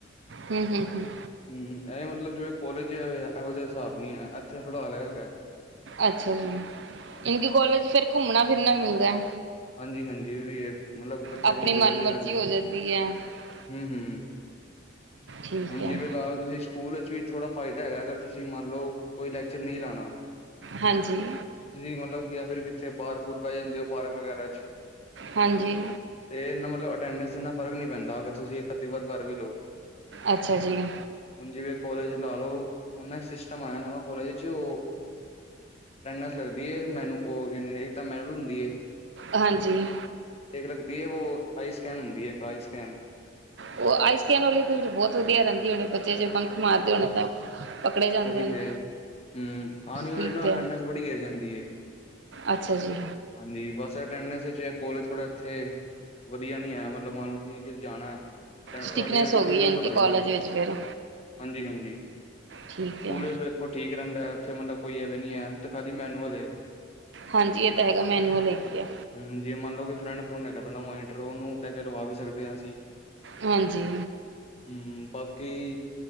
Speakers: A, on the right; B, on the left.
A: ਹੂੰ ਹੂੰ ਹੂੰ
B: ਹੂੰ ਇਹ ਮਤਲਬ ਜਿਵੇਂ ਕੋਲੇਜ ਐਵੇਂ ਦਾ ਇਹੋ ਜਿਹਾ ਹਿਸਾਬ ਨੀ ਐ ਇੱਥੇ ਥੋੜਾ ਅਲੱਗ ਐ।
A: ਅੱਛਾ ਜੀ, ਇਨਕ ਕਾਲਜ ਫਿਰ ਘੁੰਮਣਾ ਫਿਰਨਾ ਮਿਲਦਾ।
B: ਹਾਂਜੀ ਹਾਂਜੀ ਏ ਵੀ ਐ ਮਤਲਬ ਬੱਚੇ
A: ਆਪਣੀ
B: ਘੁੰਮਦੇ
A: ਮਨ
B: ਫਿਰਦੇ
A: ਮਰਜ਼ੀ
B: ਵੀ ਰਹਿੰਦੇ ਨੇ।
A: <unintelligible>
B: ਹੂੰ ਹੂੰ,
A: ਠੀਕ
B: ਹੁਣ
A: ਹੈ
B: ਜਿਵੇਂ ਲਾ ਲਓ ਤੁਸੀਂ। ਸਕੂਲ ਵਿੱਚ ਵੀ ਥੋੜ੍ਹਾ ਫਾਇਦਾ ਹੈਗਾ ਅਗਰ ਤੁਸੀਂ ਮੰਨ ਲਓ ਕੋਈ ਲੈਕਚਰ ਨਹੀਂ ਲਾਣਾ
A: ਹਾਂਜੀ,
B: ਤੁਸੀਂ ਮਤਲਬ ਜਾਂ ਫਿਰ ਕਿੱਥੇ ਬਾਹਰ ਬੂਰ ਪੈ ਜਾਂਦੇ ਹੋ ਪਾਰਕ ਵਗੈਰਾ ਚ
A: ਹਾਂਜੀ,
B: ਤੇ ਇਹਨਾ ਮਤਲਬ ਅਟੈਂਡੈਂਸ ਇਨਾ ਫ਼ਰਕ ਨੀ ਪੈਂਦਾ ਅਗਰ ਤੁਸੀਂ ਇੱਕ ਅੱਧੀ ਵਾਰ ਘਰ ਵੀ ਰਹੋ।
A: ਅੱਛਾ ਜੀ
B: ਹੁਣ ਜਿਵੇਂ ਕੋਲੇਜ ਲਾ ਲਓ ਹੁਣ ਸਿਸਟਮ ਆਇਆ ਕਾਲਜ ਵਿੱਚ ਓ, ਅਟੈਂਡਸ ਲਗਦੀਏ ਮੈਨੂੰ ਉਹ <unintelligible> ਹੁੰਦੀ ਏ।
A: ਹਾਂਜੀ,
B: ਇੱਕ ਲੱਗਦੀ ਓ ਹੁੰਦੀ ਆਈ ਸਕਕੈਨ ਹੁੰਦੀ ਹੈ ਇੱਕ ਆਈ ਸਕੈਨ
A: ਉਹ ਆਈਸਕੈਨ ਵਾਲੇ ਤਾਂ ਫਿਰ ਬਹੁਤ ਵਧੀਆ ਰਹਿੰਦੀ ਹੋਣੀ ਬੱਚੇ ਜੇ ਬੰਕ ਮਾਰਦੇ ਹੋਣੇ ਤਾਂ। ਪਕੜੇ ਜਾਂਦੇ
B: ਔਹੀ
A: ਨੇ
B: ਤੇ, ਹੂੰ ਆ ਨੀ ਔਏ
A: ਠੀਕ
B: ਨਾ
A: ਹੈ
B: ਅਟੈਡਸ ਬੜੀ ਗਿਰ ਜਾਂਦੀ ਏ।
A: ਅੱਛਾ ਜੀ।
B: ਹਾਂਜੀ, ਬਸ ਅਟੈਂਡੈਂਸ ਚ ਕੋਲੇਜ ਥੋੜ੍ਹਾ ਐਥੇ ਵਧੀਆ ਨੀ ਹੈ, ਮਤਲਬ ਮੰਨ ਲੋ ਤੁਸੀਂ ਕਿਤੇ ਜਾਣਾ। ਅਟੈ
A: ਸਟਿਕਨੈਸ
B: ਸਾਡੀ ਅਟੈਂਡਸ
A: ਹੋ ਗਈ
B: ਇੱਕ ਦਮ
A: ਯਾਨੀ ਕਿ
B: ਘਟਾ
A: ਕਾਲਜ
B: ਦੇਣਗੇ,
A: ਵਿੱਚ ਫਿਰ
B: ਹਾਂਜੀ ਹਾਂਜੀ।
A: ਠੀਕ ਐ।
B: ਫਿਰ ਵੇਖੋ ਠੀਕ ਰਹਿੰਦਾ ਉੱਥੇ ਮਤਲਬ ਕੋਈ ਐਵੀ ਨੀ ਐ, ਹੁਣ ਤੇ ਖਾਲੀ ਮੈਨੂੰਅਲ ਏ।
A: ਹਾਂਜੀ, ਇਹ ਤਾਂ ਹੈਗਾ ਮੈਨੂੰਅਲ ਹੈਗੀ ਐਂ।
B: ਹੂੰ, ਜੇ ਮੰਨ ਲੋ ਕੋਈ ਫਰੈਂਡ-ਫਰੂਡ ਹੈਗਾ ਤੋਂ ਨਾ ਮੋਨੀਟਰੋ ਓਹਨੂੰ ਕੈ ਕੇ ਲਵਾ ਵੀ ਸਕਦੇ ਹਾਂ ਅਸੀਂ।
A: ਹਾਂਜੀ।
B: ਹੂੰ, ਬਾਕੀ